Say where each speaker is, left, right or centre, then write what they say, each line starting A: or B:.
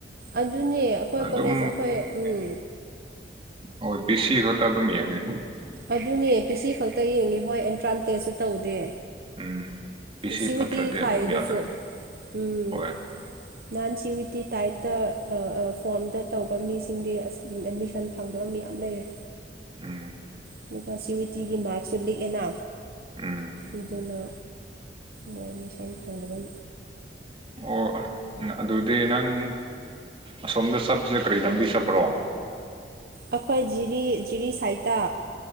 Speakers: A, on the right; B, on the right.
A: ꯑꯗꯨꯅꯦ ꯑꯩꯈꯣꯏ
B: ꯑꯗꯨꯝ
A: ꯀꯣꯂꯦꯖ ꯑꯩꯈꯣꯏ ꯎꯝ
B: ꯍꯣꯏ ꯄꯤꯁꯤ ꯈꯛꯇ ꯑꯗꯨꯝ ꯌꯦꯡꯉꯦ
A: ꯑꯗꯨꯅꯦ ꯄꯤ ꯁꯤ ꯈꯛꯇ ꯌꯦꯡꯉꯦ ꯍꯣꯏ ꯑꯦꯟꯇ꯭ꯔꯥꯟ ꯇꯦꯁꯁꯨ ꯇꯧꯗꯦ
B: ꯎꯝ ꯄꯤ ꯁꯤ
A: ꯁꯤꯕꯨꯗꯤꯗꯤ
B: ꯐꯠꯇ꯭ꯔꯗꯤ
A: ꯊꯥꯏ
B: ꯑꯗꯨꯝ
A: ꯑꯗꯨꯁꯨ
B: ꯌꯥꯗ꯭ꯔꯦ
A: ꯎꯝ
B: ꯍꯣꯏ
A: ꯅꯍꯥꯟ ꯁꯤ ꯋꯤꯗꯤ ꯇꯥꯏꯠꯇꯇ ꯐꯣꯔꯝꯗ ꯇꯧꯕ ꯃꯤꯁꯤꯡꯗꯤ ꯑꯁ ꯑꯦꯗꯃꯤꯁꯟ ꯐꯪꯗꯕ ꯃꯤ ꯊꯝ ꯂꯩꯌꯦ
B: ꯎꯝ
A: ꯑꯗꯨꯒ ꯁꯤ ꯌꯨ ꯇꯤꯒꯤ ꯃꯥꯔꯛꯁꯨ ꯂꯤꯛꯑꯦꯅ
B: ꯎꯝ
A: ꯑꯗꯨꯅ ꯃꯣꯏ ꯅꯤ ꯏꯁꯥꯒꯤ ꯐꯪꯗꯗ
B: ꯑꯣ ꯑꯗꯨ ꯗꯤ ꯅꯪ ꯑꯁꯣꯝꯗ ꯆꯠꯄꯁꯦ ꯀꯔꯤ ꯂꯝꯕꯤ ꯆꯠꯄ꯭ꯔꯣ
A: ꯑꯩꯈꯣꯏ ꯖꯤꯔꯤ ꯖꯤꯔꯤ ꯁꯥꯏꯠꯇ